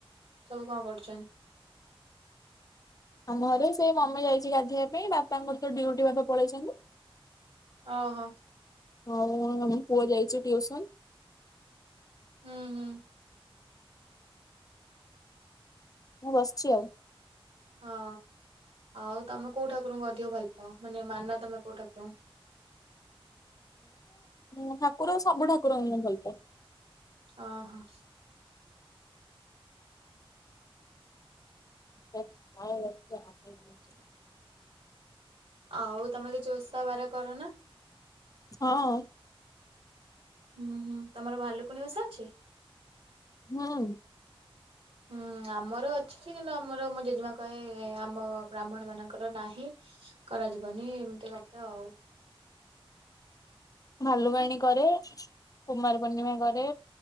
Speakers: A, on the right; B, on the left.
A: ସବୁ କଣ କରୁଛନ୍
B: ଆମ ଘରେ ସେଇ ମମି ଯାଇଛି ଗାଧୋଇବା ପାଇଁ ବାପାଙ୍କର ତ ଡୁଟି ଭା ପଳେଇଛନ୍ତି
A: ଓହୋ
B: ହଉ ଆମ ପୁଅ ଯାଇଛୁ ଟିଉସନ
A: ହୁଁ ହୁଁ
B: ମୁଁ ବସିଛି ଆଉ
A: ହଁ ଆଉ ତମେ କୋଉ ଠାକୁରଙ୍କୁ ଅଧିକ ଭଲ ପାଅ ମାନେ ମାନ ତମେ କୋଉ ଠାକୁରଙ୍କୁ
B: ମୁଁ ଠାକୁର ସବୁ ଠାକୁରଙ୍କୁ ମୁ ଭଲ ପାଏ
A: ଓ ହୋ
B: କ ଲ ଆ <inaudible>
A: ଆଉ ତମେ କି ଚୋସାବାର କର ନା
B: ହଁ
A: ହୁଁ ହୁଁ ତମର ଭାଲୁକୁଣ ବସା ଅଛି
B: ହୁଁ
A: ହୁଁ ଆମର ଅଛି କିନ୍ତୁ ଆମର ମ ଜେଜେମା କହେ ଆମ ବ୍ରାହ୍ମଣ ମାନଙ୍କର ନାହିଁ କରାଯିବନି ଏମିତି ଗପ ଆଉ
B: ଭାଲୁବାଣୀ କରେ କୁମାର ପୂର୍ଣ୍ଣିମା କରେ